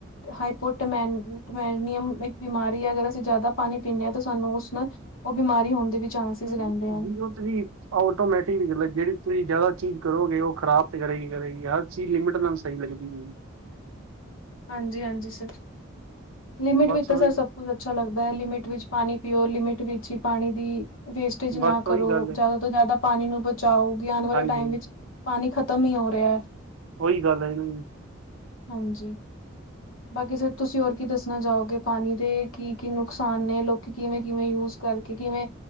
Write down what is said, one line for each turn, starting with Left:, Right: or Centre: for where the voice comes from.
Left: ਹਾਈਪੋਟਮਮੈਨੀਅਮ ਇੱਕ ਬਿਮਾਰੀ ਹੈ, ਅਗਰ ਅਸੀਂ ਜ਼ਿਆਦਾ ਪਾਣੀ ਪੀਂਦੇ ਹਾਂ ਤਾਂ ਸਾਨੂੰ ਉਸ ਨਾਲ ਉਹ ਬਿਮਾਰੀ ਹੋਣ ਦੀ ਵੀ ਚਾਂਸਿਸ
Right: ਯ,
Left: ਰਹਿੰਦੇ ਹਨ।
Right: ਦੀ ਗੋਟਰੀ ਆਟੋਮੈਟਿਕ ਦੀ ਗੱਲ ਏ, ਜਿਹੜੀ ਤੁਸੀਂ ਜ਼ਿਆਦਾ ਚੀਜ਼ ਕਰੋਗੇ, ਉਹ ਖਰਾਬ ਤੇ ਕਰੇਗੀ- ਕਰੇਗੀ, ਹਰ ਚੀਜ਼ ਲਿਮਿਟ ਨਾਲ ਸਹੀ ਲੱਗਦੀ ਹੈ ਜੀ।
Left: ਹਾਂਜੀ ਹਾਂਜੀ ਸਰ, ਲਿਮਿਟ
Right: ਬਸ
Left: ਵਿੱਚ ਤਾਂ
Right: ਉਹੀ
Left: ਸਰ ਸਭ ਕੁਤ ਅੱਛਾ ਲੱਗਦਾ ਹੈ, ਲਿਮਿਟ ਵਿੱਚ ਪਾਣੀ ਪੀਓ, ਲਿਮਿਟ ਵਿੱਚ ਹੀ ਪਾਣੀ ਦੀ ਵੇਸਟੇਜ
Right: ਬਸ
Left: ਨਾ
Right: ਉਹੀ
Left: ਕਰੋ,
Right: ਗੱਲ
Left: ਜ਼ਿਆਦਾ
Right: ਹੈ
Left: ਤੋਂ ਜ਼ਿਆਦਾ ਪਾਣੀ ਨੂੰ ਬਚਾਓ, ਆਉਣ ਵਾਲੇ
Right: ਹਾਂਜੀ
Left: ਟਾਈਮ ਵਿੱਚ ਪਾਣੀ ਖ਼ਤਮ ਹੀ ਹੋ ਰਿਹਾ ਹੈ।
Right: ਉਹੀ ਗੱਲ ਐ ਜੀ।
Left: ਹਾਂਜੀ। ਬਾਕੀ ਸਰ ਤੁਸੀਂ ਹੋਰ ਕੀ ਦੱਸਣਾ ਚਾਹੋਗੇ, ਪਾਣੀ ਦੇ ਕੀ ਕੀ ਨੁਕਸਾਨ ਨੇ, ਲੋਕੀ ਕਿਵੇਂ- ਕਿਵੇਂ ਯੂਜ ਕਰਕੇ, ਕਿਵੇਂ